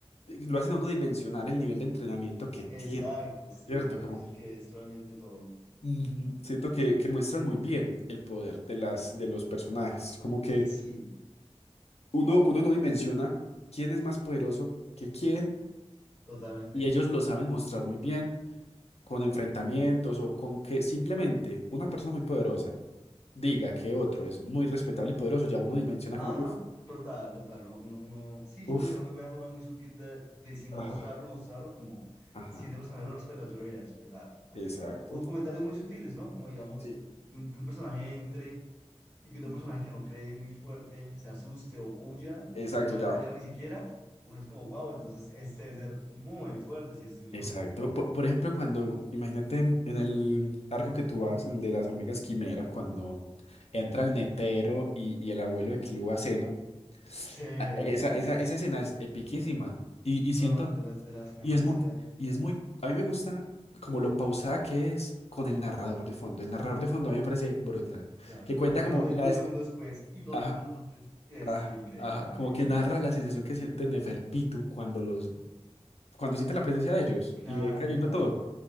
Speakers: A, on the left; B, on the left.
A: lo hacen a uno dimensionar el nivel de entrenamiento que tiene,
B: Exacto, sí,
A: ¿cierto?
B: de lo difícil
A: Como
B: que es realmente todo.
A: ujú, siento que, que muestran muy bien el poder de las, de los personajes, como que
B: Sí,
A: uno, uno no dimensiona quién es más poderoso que quién
B: totalmente.
A: y ellos lo saben mostrar muy bien con enfrentamientos o con que simplemente una persona muy poderosa diga que otro es muy respetable y poderoso, ya uno dimensiona
B: Ajá,
A: como, uff,
B: total, total. Uno, uno, uno- sí, siento
A: uff,
B: que es una muy buena forma, muy sutil de, de sin
A: ajá,
B: mostrarlo, mostrarlo como
A: ajá,
B: si este personaje lo respeta, yo lo iré a respetar también.
A: exacto.
B: O con comentarios muy sutiles, ¿no? Como digamos,
A: Sí.
B: que un, que un personaje entre y que otro
A: ujú,
B: personaje que no cree muy fuerte se asuste o huya
A: Exacto,
B: sin haber
A: ya.
B: peleado ni siquiera. Uno es como, wow, entonces este debe ser muy fuerte si es tuyo.
A: Exacto. Po- Por, ejemplo, cuando, imagínate en el arco que tú vas, en el de las hormigas quimeras, cuando entra el netero y, y el abuelo de Clú a seno,
B: Sí, esa
A: a- esa,
B: escena
A: esa,
B: es.
A: esa escena es epiquísima. Y,
B: No,
A: y siento,
B: es de las, de las mejores
A: y es muy,
B: que hay.
A: y es muy, a mí me gusta como lo pausada que es con el narrador de fondo. El narrador de fondo a mí me parece brutal,
B: Claro,
A: que cuenta
B: contándolo
A: como
B: de
A: la,
B: un
A: des-
B: segundo después y dos
A: ajá,
B: minutos antes. Es
A: ajá,
B: sí, increíble,
A: ajá,
B: increíble.
A: como que narra la sensación que siente Neferpitu cuando los, cuando siente la presencia de ellos
B: Claro,
A: y ve cayendo
B: claro.
A: todo.